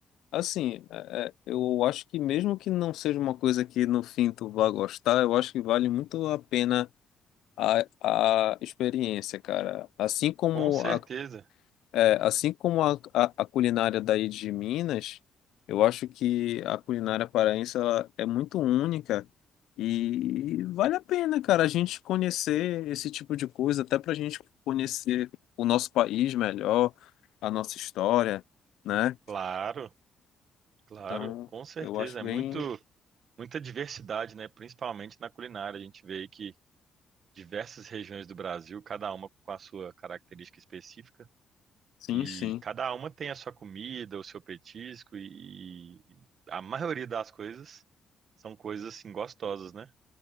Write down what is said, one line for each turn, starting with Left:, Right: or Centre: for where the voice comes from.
Left: assim, é, é, eu acho que mesmo que não seja uma coisa que no fim tu vá gostar, eu acho que vale muito a pena a, a experiência, cara. Assim como
Right: Com certeza,
Left: a É, assim como a, a, a culinária daí de Minas, eu acho que a culinária paraense ela é muito única e vale a pena, cara, a gente conhecer esse tipo de coisa, até para a gente conhecer o nosso país melhor, a nossa história, né?
Right: claro, claro,
Left: Então,
Right: com certeza.
Left: eu acho
Right: É
Left: bem.
Right: muito, muita diversidade, né, principalmente na culinária. A gente vê aí que diversas regiões do Brasil, cada uma com a sua característica específica,
Left: Sim,
Right: e
Left: sim.
Right: cada uma tem a sua comida, o seu petisco, e e a maioria das coisas são coisas assim gostosas, né?